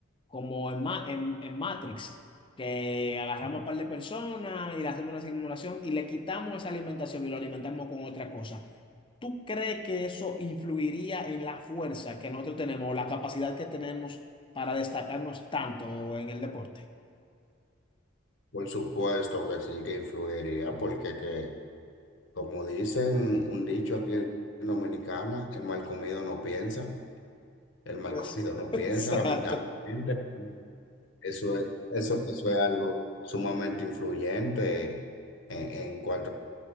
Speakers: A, on the left; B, on the left.
A: como en, Ma- en, en Matrix, que agarramos un par de personas y le hacemos una simulación y le quitamos esa alimentación y lo alimentamos con otra cosa. ¿Tú crees que eso influiría en la fuerza que nosotros tenemos o la capacidad que tenemos para destacarnos tanto en el deporte?
B: Por supuesto que sí que influiría, porque que Como dicen un dicho aquí en Dominicana, el mal comido no piensa, el mal
A: Es,
B: <laughs> comido no
A: <laughs>
B: piensa,
A: Exacto.
B: lamentablemente. Eso es, eso, eso es algo sumamente influyente en, en cuanto